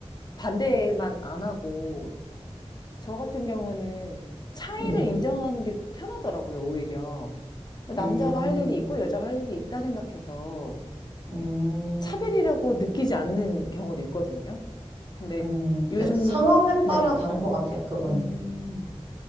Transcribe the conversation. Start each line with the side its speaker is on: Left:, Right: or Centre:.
Left: 반대만 안 하고, 저 같은 경우는 차이를
Right: 네.
Left: 인정하는 게 편하더라고요, 오히려. 남자가
Right: 음,
Left: 할 일이 있고 여자가 할 일이 있다 생각해서
Right: 음.
Left: 차별이라고 느끼지 않는 경우도 있거든요. 근데
Right: 음,
Left: 요즘,
Right: 그 상황에
Left: 네.
Right: 따라 다른 것 같아요, 그거는.
Left: 음,